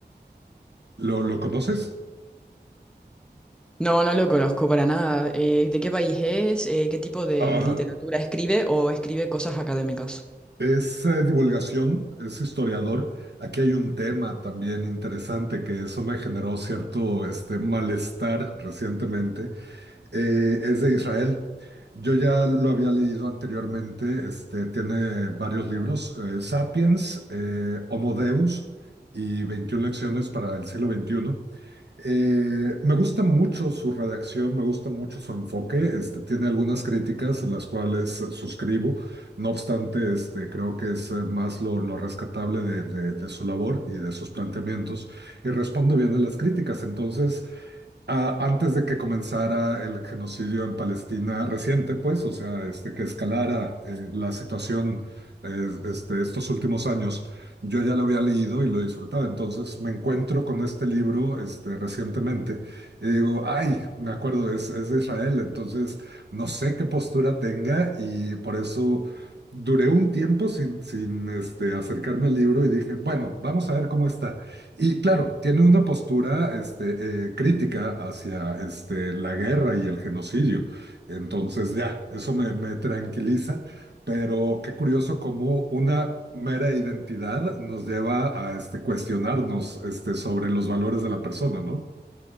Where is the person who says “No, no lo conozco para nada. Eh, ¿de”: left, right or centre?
Centre